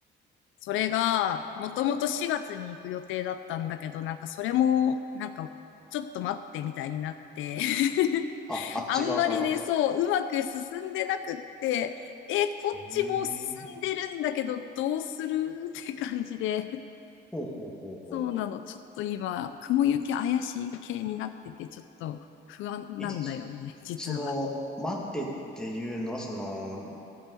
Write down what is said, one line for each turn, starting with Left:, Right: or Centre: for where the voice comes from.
Left: それが、もともと4月に行く予定だったんだけど、なんかそれも、なんか、ちょっと待ってみたいになって、<laughs>
Centre: あ、あっち側から
Left: あんまりね、そう、うまく進んでなくって、え、こっちもう進んでるんだけど、
Centre: ええー。
Left: どうするって感じで、
Centre: ほうほうほうほう。
Left: そうなの、ちょっと今、雲行き怪しい系になってて、ちょっと不安なんだよね、
Centre: え、そ
Left: 実は。
Centre: その、待ってっていうのは、その、